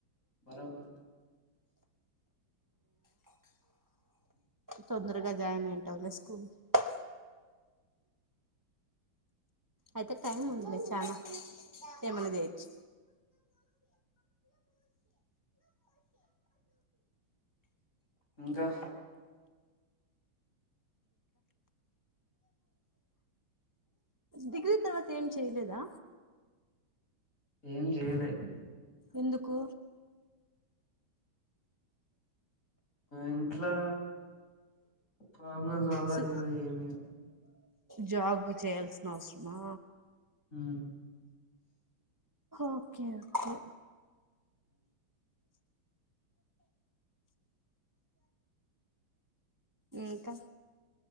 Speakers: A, on the left; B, on the right.
A: బరబర్
B: తొందరగా జాయిన్ అయింటావులే స్కూల్ ఆ అయితే టైమ్ ఉంది లే చాన ఏమైనా చేయొచ్చు
A: ఇంకా
B: డిగ్రీ తర్వాత్ త ఏం చెయలేదా
A: ఏం చెయలే
B: ఎందుకు
A: ఇంట్లో ప్రాబ్లమ్స్ వల్ల
B: సి
A: చేయలే ఏమిగ
B: జాబ్ చేయాల్సిన అవసరమా
A: మ్
B: ఓకే ఓకే ఇంకా